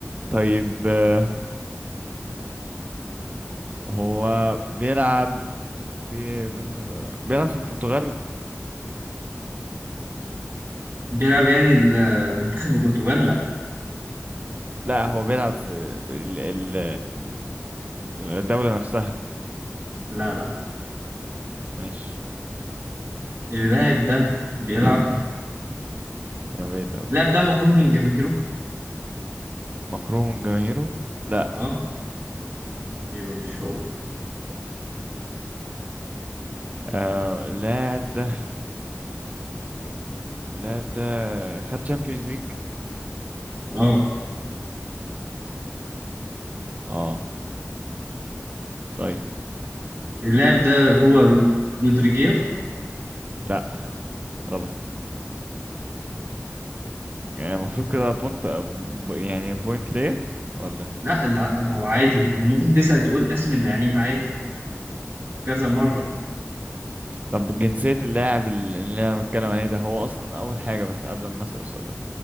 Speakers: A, on the right (about 30°); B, on the right (about 65°).
A: طيب آه هو بيلعب في بيلعب في البرتغال
B: بيلعب يعني المنتخب البرتغال لا
A: لا هو بيلعب في ال- ال- الدولة نفسها
B: لا لا
A: ماشي
B: اللاعب ده بيلعب
A: <laughs> انا بعيد أوي
B: اللاعب ده مكروه من جماهيره
A: مكروه من جماهيره لا
B: اه يبقى مش هو
A: آه اللاعب ده اللاعب ده خد تشامبيونز ليج
B: اه
A: اه طيب
B: اللاعب ده هو رود... رودريجير
A: لا غلط يعني المفروض كده بونت ب- يعني بوينت ليا ولا
B: لا لا هو عادي انت ممكن تسأل تقول اسم اللعيب عادي كذا مرة
A: طب جنسية اللاعب اللي انا بتكلم عليه ده هو اصلا اول حاجة بس قبل ما اسأل السؤال ده